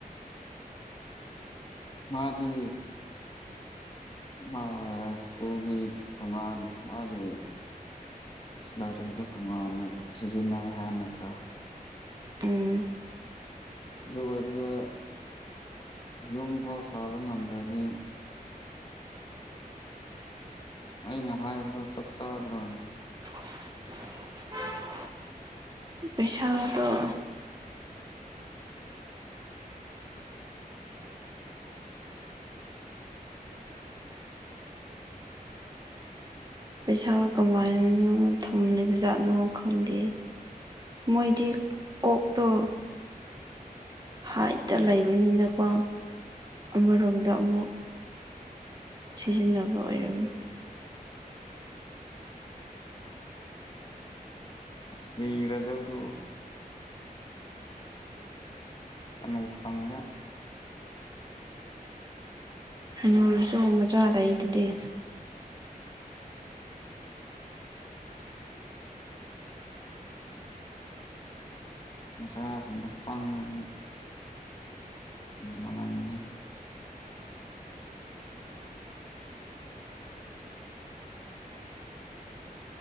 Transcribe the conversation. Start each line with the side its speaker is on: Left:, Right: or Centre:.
Left: ꯃꯥꯗꯤ ꯃꯥ ꯁ꯭ꯀꯨꯜꯒꯤ ꯇꯣꯉꯥꯟ ꯃꯥꯒꯤ ꯁꯦꯂꯔꯤꯗꯨ ꯇꯣꯉꯥꯟꯅ ꯁꯤꯖꯤꯟꯅꯩ ꯍꯥꯏ ꯅꯠꯇ꯭ꯔꯥ
Right: ꯎꯝ
Left: ꯑꯗꯨ ꯑꯣꯏꯔꯒ ꯌꯨꯝ ꯐꯥꯎ ꯁꯥꯕ ꯉꯝꯗ꯭ꯔꯗꯤ ꯑꯩꯅ ꯍꯥꯏꯕꯗꯣ ꯆꯞ ꯆꯥꯗ꯭ꯔꯣ
Right: <inaudible> ꯄꯩꯁꯥꯗꯣ <unintelligible> ꯄꯩꯁꯥ ꯀꯃꯥꯏꯅ ꯊꯝꯂꯤꯕ ꯖꯥꯠꯅꯣ ꯈꯪꯗꯦ ꯃꯣꯏꯗꯤ ꯀꯣꯛꯇꯣ ꯍꯥꯏꯠꯇ ꯂꯩꯕꯅꯤꯅꯀꯣ ꯑꯃꯔꯣꯝꯗ ꯑꯃꯨꯛ ꯁꯤꯖꯤꯟꯅꯕ ꯑꯣꯏꯔꯝꯃꯤ
Left: ꯁꯤꯔꯗꯕꯗꯨꯕꯨ ꯍꯅꯨꯊꯪꯗ
Right: ꯍꯅꯨꯔꯁꯨ ꯃꯆꯥ ꯂꯩꯗꯨꯗꯤ
Left: ꯃꯆꯥꯁꯤꯡꯗꯣ ꯄꯪꯉꯗꯤ ꯅꯨꯡꯉꯥꯏꯔꯅꯤ